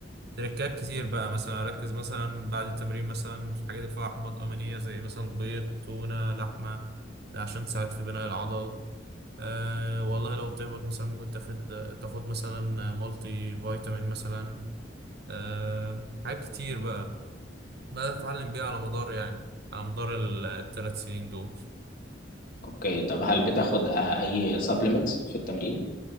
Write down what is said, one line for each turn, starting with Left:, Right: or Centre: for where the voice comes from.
Right: تركات كتير بقى مثلا اركز مثلا بعد التمرين مثلا في الحاجات اللي فيها احماض امينية زي مثلا بيض تونة لحمة ده عشان تساعد في بناء العضل أه والله لو بتهبط مثلا ممكن تاخد تاخد مثلا مالتي فيتامين مثلا آه، حاجات كتير بقى بدأت أتعلم بيها على مدار يعني على مدار ال- الثلاث سنين دول
Left: اوكي طب هل بتاخد آه، اي سبلمنتس في التمرين